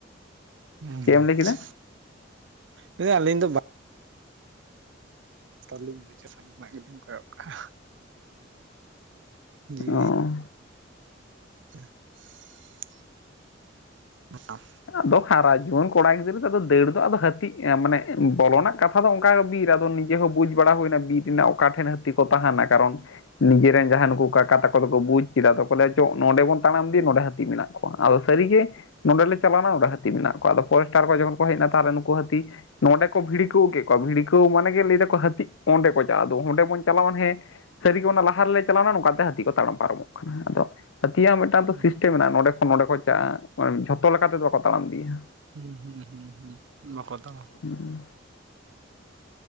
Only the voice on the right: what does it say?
ᱦᱩ ᱟᱪᱷᱟ
ᱞᱟᱭ ᱫᱟᱞᱤᱧ ᱟᱹᱞᱤᱧ ᱫᱚ ᱵᱟᱝ ᱛᱚᱞᱤᱧ <unintelligible> ᱵᱩᱡᱷᱟᱹᱣ ᱜᱮᱞᱤᱧ ᱠᱚᱭᱚᱜ ᱠᱟᱜᱼᱟ ᱡᱮ
<inaudible> <unintelligible>
ᱦᱩᱸ
ᱦᱩᱸ ᱦᱩᱸ ᱦᱩᱸ ᱦᱩᱸ ᱵᱟᱠᱚ ᱛᱟᱲᱟᱢᱟ